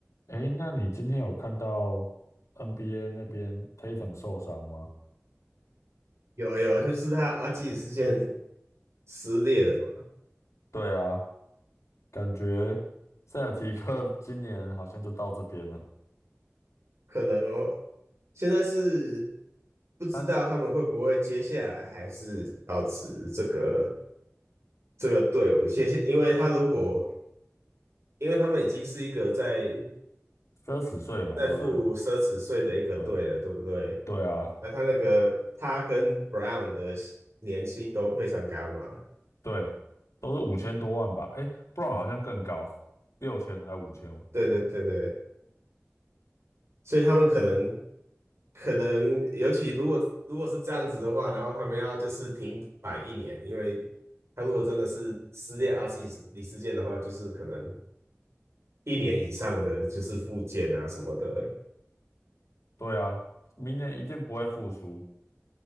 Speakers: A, on the left; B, on the right.
A: 诶，那你今天有看到 NBA 那边 Tatum 受伤吗？
B: 有啊有，啊，就是他阿基里斯腱撕裂了嘛，
A: 对啊，感觉塞尔提克 <laughs> 今年好像就到这边了，
B: 可能哦。现在是不知道他们会不会接下来还是保持这个
A: 三
B: 这个队伍，谢谢，因为他如果因为他们已经是一个在
A: 三十岁嘛，
B: 在付奢侈税的一个队了，
A: 对不对？我对
B: 对不对？
A: 对啊，
B: 那他那个他跟 Brown 的年薪都非常高嘛，
A: 对，都是五千多万吧？诶 b r o w 好像更高，六千还五千哦？
B: 对对对对，所以他们可能。可能尤其如果如果是这样子的话，然后他们要就是停摆一年，因为他如果真的是撕裂阿基里斯腱的话，就是可能一年以上的就是复健啊什么的。
A: 对啊，明年一定不会复出，